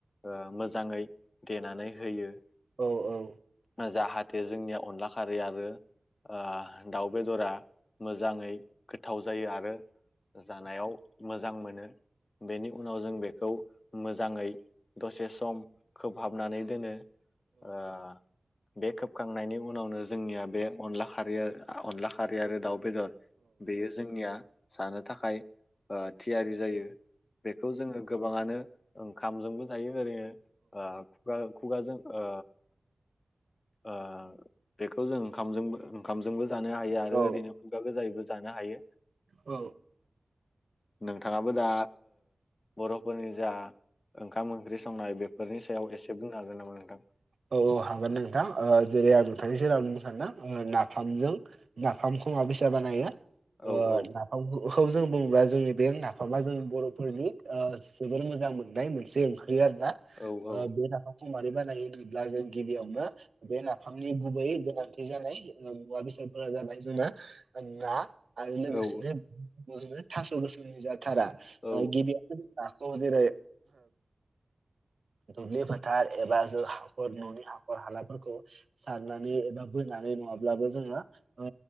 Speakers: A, on the left; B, on the right.
A: ओ मोजाङै देनानै होयो
B: औ औ
A: जाहाथे जोंनिया अनला खारै आरो ओ दाउ बेदरा मोजाङै गोथाव जायो आरो जानायाव मोजां मोनो बेनि उनाव जों बे खौ मोजाङै दसे सम खोबहाबनानै दोनो ओ बे खोबखांनायनि उनावनो जोंनिया बे अनला खारि अनला खारि आरो दाउ बेदर बेयो जोंनिया जानो थाखाय ओ थियारि जायो बेखौ जोङो गोबाङानो ओंखामजोंबो जायो ओरैनो ओ खुगा खुगाजों ओ ओ बेखौ जों ओंखामबो ओंखामजोंबो जानो हायो आरो
B: औ
A: ओरैनो खुगा गोजायैबो जानो हायो।
B: औ
A: नोंथाङाबो दा बर'फोरनि जा ओंखाम ओंख्रि संनाय बेफोरनि सायाव एसे बुं हागोन नामा? नोंथां?
B: औ औ हागोन नोंथां ओ जेरै आं नोंथांनि सेराव आं बुंनो सानदों नाफामजों नाफामखौ मा बेसा बानायो
A: औ औ
B: नाफामखौ खौ जों बुङोब्ला जोंनि बे नाफामा जोंनि बर'फोरनि जोबोर मोजां मोननाय मोनसे ओंख्रि आरो‌ ना
A: औ औ
B: बे नाफामखौ मारै बानायो होनोब्ला जों गिबियावनो बे नाफामनि गुबै गोनांथि जानाय मुवा बेसादफोरा जाबाय जोंना ना आरो लोगोसेनो
A: औ
B: जोङो थास' गोसोमनि जाथारा
A: औ
B: गिबियावनो जों खौ जेरै दुब्लि फोथार एबा हाखर न'नि हाखर हालाफोरखौ सारनानै एबा बोनानै नङाब्लाबो जोङो ओ